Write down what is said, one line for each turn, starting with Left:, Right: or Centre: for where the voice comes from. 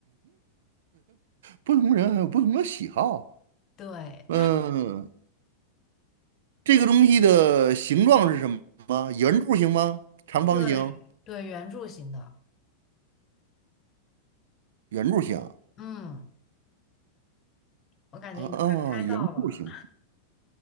Right: 不同人还有不同的喜好。
Left: 对，
Right: 嗯，这个东西的形状是什么？圆柱形吗？长方形？
Left: 对，对，圆柱形的。
Right: 圆柱形。
Left: 嗯，我感觉你快猜到了。
Right: 啊，啊原住型，